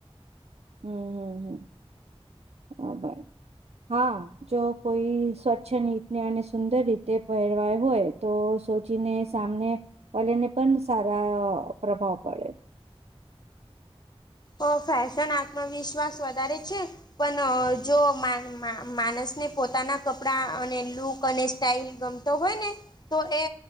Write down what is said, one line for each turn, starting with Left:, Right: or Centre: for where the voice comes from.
Right: <unintelligible> હા જો કોઈ સ્વચ્છ ની અને સુંદર રીતે પહેરવાય હોય તો સોચીને સામને પલીને પણ સારા પ્રભાવ પડે
Left: તો ફેશન આત્મવિશ્વાસ વધારે છે. પણ જો માણસને પોતાના કપડા અને લુક અને સ્ટાઈલ ગમ હોય ને તો એ